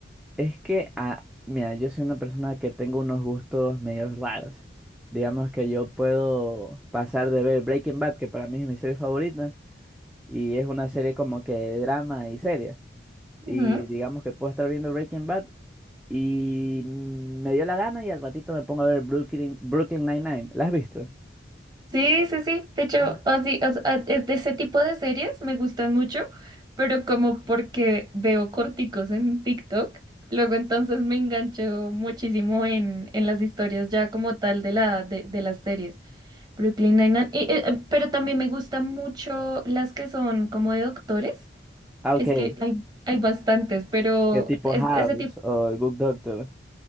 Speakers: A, in the centre; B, on the right.
A: Es que, ah, mira, yo soy una persona que tengo unos gustos medio raros. Digamos que yo puedo pasar de ver Breaking Bad, que para mí es mi serie favorita, y es una serie como que de drama y seria. Y
B: Ujú.
A: digamos que puedo estar viendo Breaking Bad y mm, me dio la gana y al ratito me pongo a ver Brooklyn, Brooklyn Nine-Nine. ¿La has visto?
B: Sí, sí, sí. De hecho,
A: Eh.
B: así, o sea, es de ese tipo de series me gustan mucho, pero como porque veo corticos en TikTok, luego entonces me engancho muchísimo en, en las historias ya como tal de la de, de las series. Brooklyn Nine-Nine. Y, eh, eh, pero también me gustan mucho las que son como de doctores.
A: Ah,
B: Es
A: ok.
B: que hay, hay bastantes, pero
A: Que tipo
B: es-
A: House
B: ese tipo
A: o el Good Doctor.